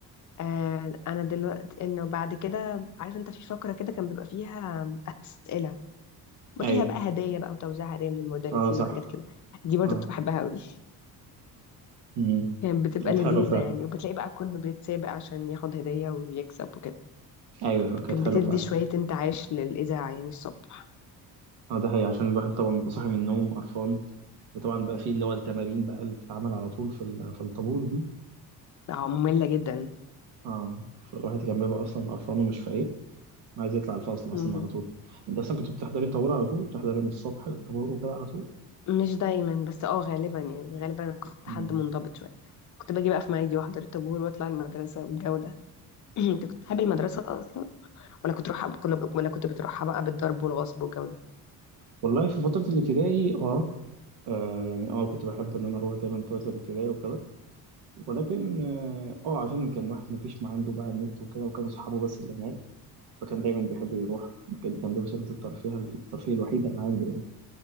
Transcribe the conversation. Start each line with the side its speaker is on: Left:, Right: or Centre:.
Left: آه انا دلوقتي انه بعد كده عارف انت في فقره كده كان بيبقى فيها اسئله بيبقى
Right: ايوه
Left: فيها بقى هدايا بقى وتوزيع هدايا من المدرسين
Right: اه صح
Left: وحاجات كده دي برضو
Right: اه
Left: كنت بحبها قوي
Right: امم
Left: كانت بتبقى
Right: كانت
Left: لذيذة
Right: حلوه فعلا
Left: يعني وبتلاقي بقى كله بيتسابق عشان ياخد هدية ويكسب وكده
Right: ايوه كانت
Left: كانت
Right: حلوه
Left: بتدي
Right: فعلا
Left: شوية انتعاش للإذاعة يعني الصبح
Right: اه ده حقيقي عشان الواحد طبعا بيبقى صاحي من النوم قرفان وطبعا بقى فيه اللي هو التمارين بقى اللي بتتعمل على طول في ال- في الطابور دي
Left: اه مملة جدا
Right: اه فالواحد كان بيبقى اصلا قرفان ومش فايق ما عايز يطلع الفصل
Left: مم.
Right: اصلا على طول انت اصلا كنت بتحضري الطابور على طول بتحضري من الصبح للطابور وكده على طول
Left: مش دايما بس اه غالبا يعني غالبا أنا كنت
Right: امم
Left: حد منضبط شوية كنت باجي بقى في ميعادي واحضر الطابور واطلع المدرسة والجو ده <clears throat> انت كنت بتحب المدرسة أصلا ولا كنت تروحها بكل ولا كنت بتروحها بقى بالضرب والغصب والجو ده
Right: والله في فتره الابتدائي اه آه، يعني اه كنت بحب ان انا اروح دايما فتره الابتدائي وكده ولكن اه آه، عشان كان واحد ما فيش ما عنده بقى النت وكده وكانوا صحابه بس اللي هناك فكان دايما بيحب يروح كده كان دي وسيله الترفيه الترفيه الوحيده اللي عنده يعني